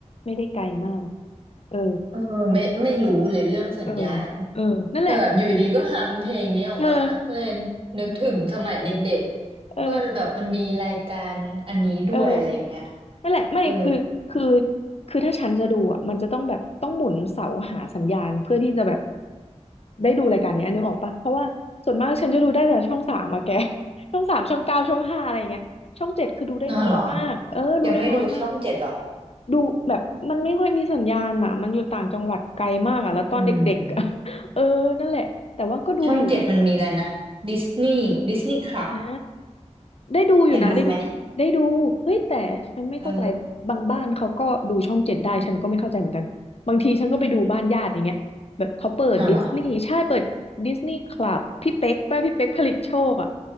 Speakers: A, on the left; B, on the right.
A: ไม่ได้ไกลมากเออ
B: เออไม่ไม่รู้เลยเรื่องสัญญาณ
A: เออเออนั่นแหละ
B: แต่แบบอยู่ดีก็ฮัมเพลงนี้ออกมาก็เลย
A: เออ
B: นึกถึงสมัยเด็กๆว่าแบบมันมีรายการอันนี้ด้วยอะไรเงี้ย
A: เออเออ นั่นแหละไม่คือคือ
B: เออ
A: คือถ้าฉันจะดูอ่ะมันจะต้องแบบต้องหมุนเสาหาสัญญาณเพื่อที่จะแบบได้ดูรายการเนี้ยนึกออกปะเพราะว่าส่วนมากฉันจะดูได้แต่ช่องสามอะแก <laughs> ช่องสามช่องเก้าช่องห้าอะไรอย่างเงี้ยช่องเจ็ดคือดูได้น้อยมากเออดูได้น้อยมาก
B: อ๋อเหรอยังไม่ดูช่องเจ็ดเหรอ
A: ดูแบบมันไม่ค่อยมีสัญญาณอ่ะมันอยู่ต่างจังหวัดไกลมากอ่ะแล้วตอนเด็กๆอะ
B: อืม
A: <laughs> เออนั่นแหละแต่ว่าก็ดูอยู่แบบ
B: ช่องเจ็ดมันมีแล้วนะดิสนีย์ดิสนีย์คลับ
A: ดิสนีย์อ่า ได้ดูอยู่นะได้ดูได้ดูเฮ้ยแต่ฉันไม่เข้าใจบางบ้านเขาก็ดูช่องเจ็ดได้ฉันก็ไม่เข้าใจเหมือนกันบางทีฉันก็ไปดูบ้านญาติอย่างเงี้ยแบบเขาเปิดดิสนีย์ใช่เปิดดิสนีย์คลับพี่เป๊กป้าพี่เป๊กผลิตโชคอ่ะ
B: จะดูไหมเออ นั่นเหรอ